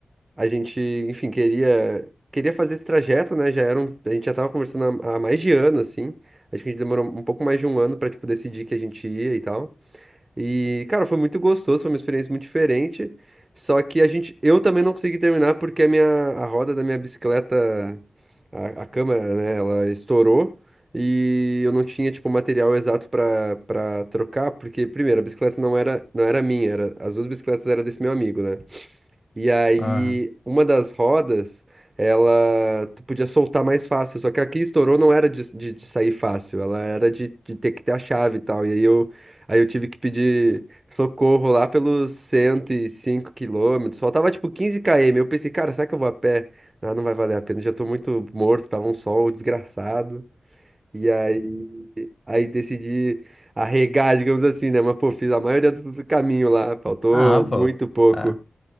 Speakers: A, on the right (about 35°); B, on the left (about 30°).
A: a gente, enfim, queria, queria fazer esse trajeto, né? Já era um, a gente já tava conversando há, há mais de ano, assim. Acho que a gente demorou um pouco mais de um ano pra, tipo, decidir que a gente ia e tal. E, cara, foi muito gostoso, foi uma experiência muito diferente. Só que a gente, eu também não consegui terminar porque a minha, a roda da minha bicicleta, a, a câmera, né, ela estourou e eu não tinha, tipo, o material exato pra para trocar, porque primeiro, a bicicleta não era, não era minha, era, as duas bicicletas eram desse meu amigo, né? E aí,
B: ah,
A: uma das rodas, ela tu podia soltar mais fácil. Só que aqui estourou não era de, de- de sair fácil, ela era de, de ter que ter a chave e tal. E aí eu, aí eu tive que pedir socorro lá pelos 105 quilômetros. Faltava tipo quinze km. Eu pensei, cara, será que eu vou a pé? Ah, não vai valer a pena, já tô muito morto, tava um sol desgraçado. E aí, aí decidi arregar, digamos assim, né? Mas pô, fiz a maioria do do caminho lá, faltou
B: Ah,
A: muito
B: pô.
A: pouco.
B: Ah,